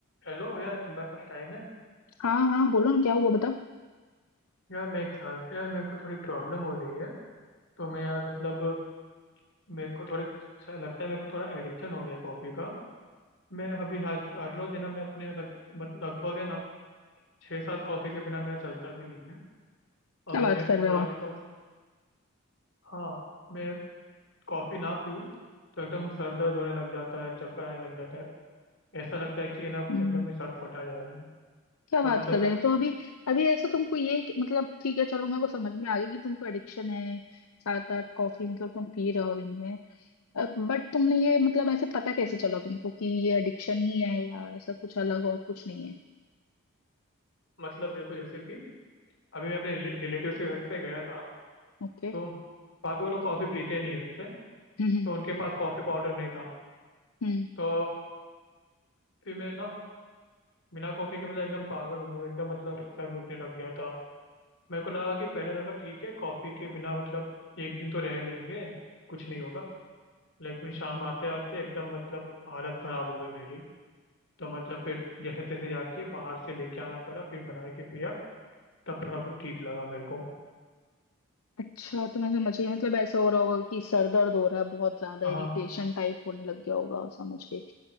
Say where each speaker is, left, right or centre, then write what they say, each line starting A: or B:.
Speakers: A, on the left (about 55°); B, on the left (about 80°).
A: Hello यार तुम्हारे पास टाइम है
B: हाँ हाँ बोलो ना क्या हुआ बताओ
A: यार मेरे ख्याल से यार मेरे को थोड़ी प्रॉब्लम हो रही है तो मैं यार मतलब मेरे को थोड़े सा लगता है मेरे को थोड़ा एडिक्शन हो गया कॉफ़ी का मैं अभी आज हर रोज है ना मैं अपने लग मत- लगभग है ना छः सात कॉफ़ी के बिना मेरा चलता भी नहीं है
B: क्या
A: अगर
B: बात
A: मैं
B: कर रहे
A: थोड़ा
B: हो
A: भी कम हाँ मैं कॉफ़ी ना पीऊँ तो एकदम सर दर्द होने लग जाता है चक्कर आने लग जाता है ऐसा लगता है कि है ना
B: हम्म,
A: एकदम ही सर फटा जा रहा है
B: क्या
A: और
B: बात
A: मतलब
B: कर रहे हैं तो अभी अभी ऐसा तुमको ये कि- मतलब ठीक है चलो मेरे को समझ में आ गया कि तुमको एडिक्शन है सात आठ कॉफी मतलब तुम पी रहे हो दिन में बट तुमने ये मतलब ऐसे पता कैसे चला तुमको कि ये एडिक्शन ही है या ऐसा कुछ अलग और कुछ नहीं है
A: मतलब देखो जैसे कि अभी मैं अपने रिलेटिव्स के घर पे गया था
B: ओके
A: तो पापा वो लोग कॉफ़ी पीते नहीं है वैसे
B: हम्म हम्म
A: तो उनके पास कॉफ़ी पाउडर नहीं था
B: हम्म।
A: तो फिर मैं ना बिना कॉफ़ी के मतलब एकदम पागल हो गया एकदम मतलब सर दुखने लग गया था मेरे को लगा कि पहले लगा ठीक है कॉफ़ी के बिना मतलब एक दिन तो रह लेंगे कुछ नहीं होगा लेकिन शाम में आते आते एकदम मतलब हालत ख़राब हो गई मेरी तो मतलब फिर जैसे तैसे जाके बाहर से लेके आना पड़ा फिर बना के पिया तब थोड़ा बहुत ठीक लगा मेरे को
B: अच्छा तुम्हें समझ गई मतलब ऐसा हो रहा होगा कि सर दर्द हो रहा है बहुत ज्यादा
A: हाँ
B: इरिटेशन टाइप होने लग गया होगा समझ गई